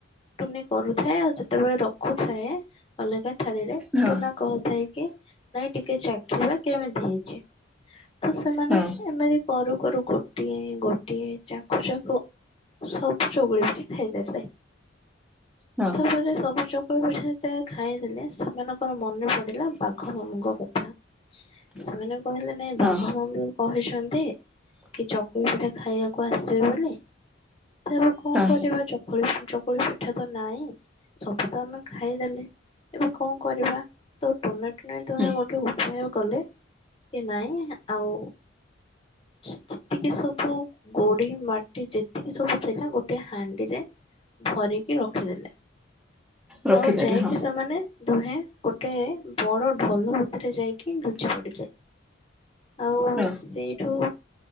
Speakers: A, on the left; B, in the centre.
A: ଟୁନି କରୁଥାଏ ଆଉ ଯେତେବେଳେ ରଖୁଥାଏ ଅଲଗା ଥାଳିରେ
B: ହଁ ହଁ
A: ଟୁନା କହୁଥାଏ କି ନାଇଁ ଟିକେ ଚାଖିବା କେମିତି ହେଇଛି ତ ସେମାନେ
B: ହଁ
A: ଏମିତି କରୁ କରୁ ଗୋଟିଏ ଗୋଟିଏ ଚାଖୁ ଚାକୁ ସବୁ ଚଗୁଳି ପିଠା ଖାଇଦେଲେ।
B: ହଁ
A: ତାପରେ ସବୁ ଚକୁଳି ପିଠା ତେବେଳେ ଖାଇଦେଲେ ସେମାନଙ୍କର ମନେ ପଡିଲା ବାଘ ମାମୁଙ୍କ କଥା ସେମାନେ କହିଲେ ନାଇଁ
B: ହଁ
A: ବାଘ ମାମୁ କହିଛନ୍ତି କି ଚକୁଳି ପିଠା ଖାଇବାକୁ। କୁ ଆସିବେ ବୋଲି ତ ଏବେ କଣ
B: ହଁ
A: କରିବା ଚକୁଳି ଚକୁଳି ପିଠା ତ ନାଇଁ ସବୁ ତ ଆମେ ଖାଇଦେଲେ ଏବେ କଣ କରିବା ତ ଟୁନା ଟୁନେ ଦୁହଁ
B: ହୁଁ
A: ତ ଗୋଟେ ଉପାୟ କଲେ କି ନାଇଁ ଆଉ ଯେତିକି ସବୁ ଗୋଡି ମାଟି ଯେତିକି ସବୁ ଥିଲା ଗୋଟେ ହାଣ୍ଡିରେ ଭରିକି ରଖିଦେଲେ।
B: ରଖିଦେଲି
A: ଆଉ ଯାଇକି
B: ହଁ
A: ସେମାନେ ଦୁହେଁ ଗୋଟେ ବଡ ଢୋଲ ଭିତରେ ଯାଇକି ଲୁଚି ପଡିଲେ। ଆଉ
B: ହଁ
A: ସେଇଠୁ